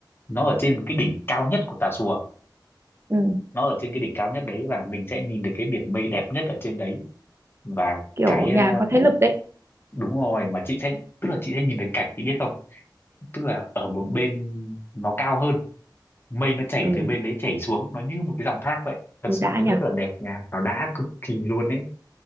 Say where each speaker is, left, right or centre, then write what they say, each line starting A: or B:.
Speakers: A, on the left; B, on the right.
A: nó ở trên cái đỉnh cao nhất của Tà Xùa
B: Ừ,
A: nó ở trên cái đỉnh cao nhất đấy và mình sẽ nhìn được cái biển mây đẹp nhất ở trên đấy và
B: kiểu
A: cái ờ,
B: nhà có thế lực đấy.
A: đúng rồi mà chị sẽ tức là chị sẽ nhìn thấy cảnh chị biết không tức là ở một bên nó cao hơn mây nó chảy
B: Ừ,
A: từ bên đấy chảy xuống nó như một cái dòng thác vậy thật
B: ui
A: sự
B: đã
A: nó rất
B: nhỉ.
A: là đẹp nha nó đã cực kỳ luôn ấy